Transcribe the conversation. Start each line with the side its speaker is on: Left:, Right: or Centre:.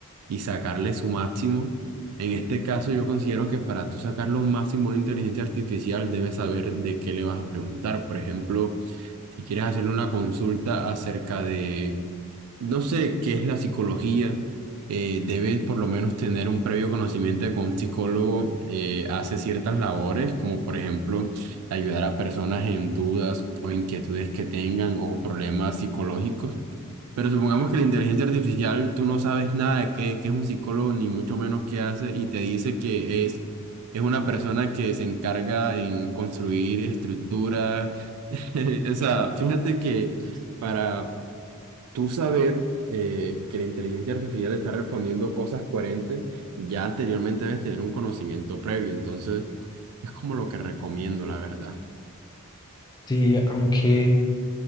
Right: y sacarle su máximo. En este caso, yo considero que para tú sacar lo máximo a una inteligencia artificial, debes saber de qué le vas a preguntar. Por ejemplo, si quieres hacerle una consulta acerca de no sé qué es la psicología, eh, debes por lo menos tener un previo conocimiento de que un psicólogo eh, hace ciertas labores, como por ejemplo ayudar a personas en dudas o inquietudes que tengan o problemas psicológicos. Pero supongamos que la inteligencia artificial, tú no sabes nada de qué, qué es un psicólogo, ni mucho menos qué hace, y te dice que es, es una persona que se encarga en construir estructuras. <laughs> O sea, fíjate que
Left: sí.
Right: para tú saber eh, que la inteligencia artificial está respondiendo cosas coherentes, ya anteriormente debes tener un conocimiento previo. Entonces, es como lo que recomiendo, la verdad.
Left: Sí, aunque